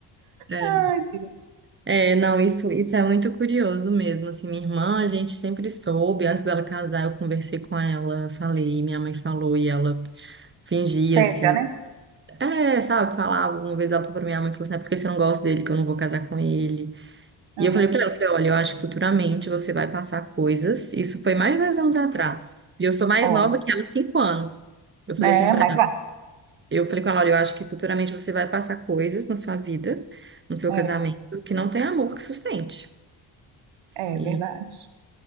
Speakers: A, on the right (about 25°); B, on the right (about 85°).
A: é.
B: Ai, Deus,
A: É, não, isso, isso é muito curioso mesmo, assim, minha irmã, a gente sempre soube, antes dela casar, eu conversei com ela, falei, minha mãe falou, e ela fingia,
B: cega,
A: assim,
B: né?
A: é, sabe, falava, uma vez ela falou pra minha mãe, falou assim, é porque você não gosta dele, que eu não vou casar com ele,
B: Aham.
A: e eu falei pra ela, eu falei, olha, eu acho que futuramente você vai passar coisas, isso foi mais de 10 anos atrás, e eu sou mais
B: Ó,
A: nova que ela, 5 anos, eu falei
B: né?
A: assim pra
B: Mas vai.
A: Eu falei com ela, olha, eu acho que futuramente você vai passar coisas na sua vida, no seu
B: É,
A: casamento, que não tem amor que sustente.
B: é
A: E,
B: verdade,